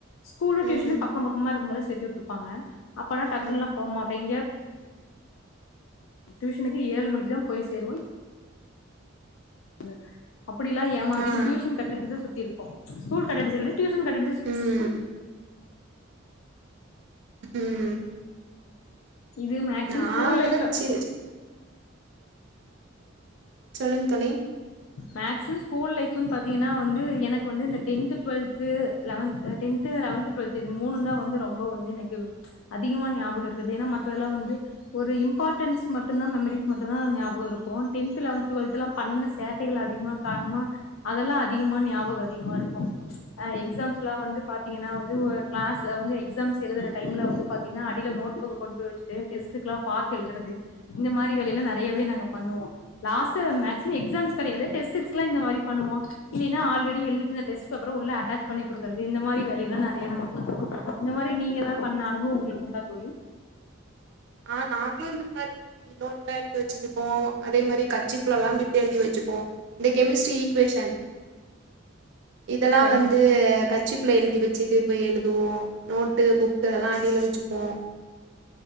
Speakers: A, on the left; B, on the right.
A: ஸ்கூலு டியூஷனு
B: ம்
A: பக்க பக்கமா இருக்கும்பதா சேத்து விட்ருப்பாங்க அப்பனா
B: ஆ
A: டக்குன்ல்லா போகமாட் இங்க டியூஷனுக்கு ஏழு மணிக்கு தா போய் சேருவோ து அப்டிலா ஏமாத்திட்டு
B: ஆ
A: டியூஷன் கட்டடிச்சிதா சுத்திருப்போ ஸ்கூல்கட்டடிச்சதுடியு டியூஷன் கட் கடிச்சு
B: ம் ம்
A: இது மேக்சிமம்
B: நான்
A: ஸ்கூல்
B: அதெல்லாம்
A: லைஃப்ல
B: சி சொல்லுங் தோழி
A: மேக்சிமம் ஸ்கூல் லைஃபுனு பாத்தீங்கன்னா வந்து எனக்கு வந்து இந்த tenth twelfth eleventh tenth eleventh twelfth இது மூனு தா வந்து ரொம்ப வந்து எனக்கு அதிகமா ஞாபக இருக்குது ஏனா மத்ததெல்லா வந்து ஒரு இம்பார்ட்டன்ஸ் மட்டு தா மெமரிஸ் மட்டுதா ஞாபக இருக்கு டென்த் லெவன்த் டுவெல்த்லா பண்ண சேட்டைகள் அதிகமா காணமா அதெல்லா அதிகமா ஞாபக அதிகமா இருக்கு அ எக்ஸாம்ஸ்ல்லா வந்து பாத்தீங்கன்னா வந்து ஒரு கிளாஸ்ல வந்து எக்ஸாம்ஸ் எழுதுற டைம்ல வந்து பாத்தீங்ன்னா அடியில நோட் புக் கொண்டு போய் வச்சுட்டு டெஸ்டுக்குலா பாத்து எழுதுறது இந்த மாரி வேலைல்லா நெறையாவே நாங்க பண்ணுவோ லாஸ்ட் மே எக்ஸாம்ஸ் கெடையாது டெஸ்ட்டிஸ்ல இந்த மாரி பண்ணுவ இல்லைனா ஆல்ரெடி எழுதிட்டு இந்த டெஸ்ட் பேப்பரா உள்ள அட்டாச் பண்ணி குடுக்குறது இந்த மாதிரி வேலையல்லா நெறைய நாங்க பண்ணோ இந்த மாரி நீங்க எதா பண்ண அனுபவோ ஒங்ளுக்கு உண்டா தோழி
B: ஆ நாங்களு இந்த மாரி நோட்லா எடுத்து வச்சிட்டு போவோ அதே மாரி கச்சிப்ளலா பிட்டு எழுதி வச்சிப்போ இந்த கெமிஸ்ட்ரி ஈக்குவேஷன் இதெல்லா
A: சரிங்க
B: வந்து கச்சிப்புள்ள எழுதி வச்சுட்டு போய் எழுதுவோ நோட்டு புக்கு அதெல்லா அடியில வச்சுப்போ